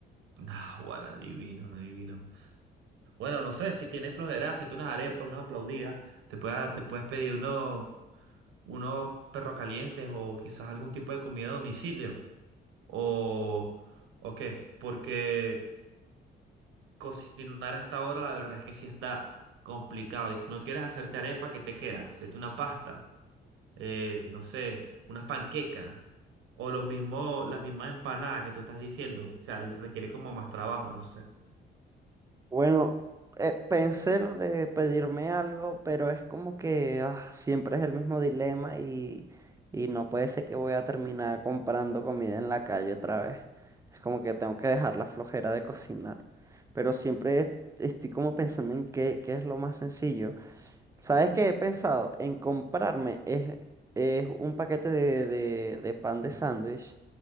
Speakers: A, on the right (about 80°); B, on the right (about 15°).
A: Ah, guara, divino, divino. Bueno, no sé, si tienes flojera, hacete unas arepas, una aplaudida, te puedes, te puedes pedir uno. unos perros calientes o quizás algún tipo de comida a domicilio o, o qué, porque cocinar a esta hora la verdad es que sí está complicado y si no quieres hacerte arepa, ¿qué te queda? Hacerte una pasta, eh, no sé, unas panquecas o los mismos, las mismas empanadas que tú estás diciendo, o sea, requiere como más trabajo, no sé.
B: Bueno, eh, pensé lo de pedirme algo, pero es como que ah, siempre es el mismo dilema y, y no puede ser que voy a terminar comprando comida en la calle otra vez. Es como que tengo que dejar la flojera de cocinar. Pero siempre est- estoy como pensando en qué, qué es lo más sencillo. ¿Sabes qué he pensado? En comprarme es, es un paquete de, de- de pan de sándwich